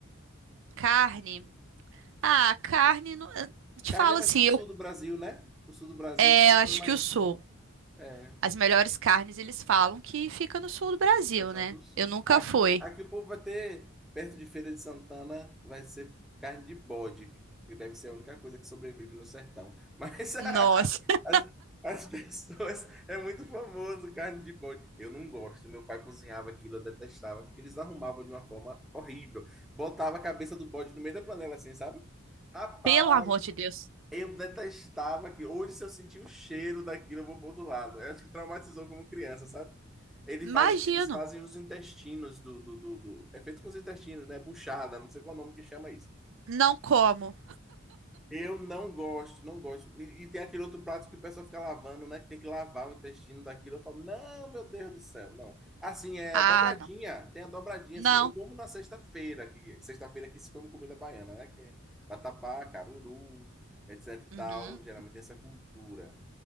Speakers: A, on the right; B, in the centre.
A: carne. Ah, carne, não- eu te
B: Carne
A: falo
B: é mais
A: assim,
B: pro
A: eu
B: sul do Brasil, né? O sul do Brasil
A: é,
B: que o pessoal
A: eu acho
B: é mais.
A: que eu sou.
B: É,
A: As melhores carnes, eles falam que fica no sul do Brasil,
B: o pessoal
A: né?
B: do sul.
A: Eu nunca
B: Aqui,
A: fui.
B: aqui o povo vai ter, perto de Feira de Santana, vai ser carne de bode, que deve ser a única coisa que sobrevive no sertão. Mas <laughs>
A: Nossa, <laughs>
B: As, as <laughs> pessoas. É muito famoso carne de boi. Eu não gosto. Meu pai cozinhava aquilo, eu detestava, porque eles arrumavam de uma forma horrível. Botava a cabeça do bode no meio da panela, assim, sabe? Rapaz,
A: pelo amor de Deus.
B: eu detestava aquilo. Hoje, se eu sentir o cheiro daquilo, eu vou pro outro lado. Eu acho que traumatizou como criança, sabe? Ele
A: Imagino.
B: faz, eles fazem os intestinos do, do, do, do- É feito com os intestinos, né? Buchada, não sei qual é o nome que chama isso.
A: Não como.
B: Eu não gosto, não gosto. E, e tem aquele outro prato que o pessoal fica lavando, né? Que tem que lavar o intestino daquilo. Eu falo, não, meu Deus do céu, não. Assim, é
A: Ah,
B: a dobradinha,
A: não.
B: tem a dobradinha,
A: Não.
B: assim. Eu como na sexta-feira, que sexta-feira aqui se come comida baiana, né? Que é vatapá, caruru, etc e
A: Uhum,
B: tal. Geralmente tem essa cultura.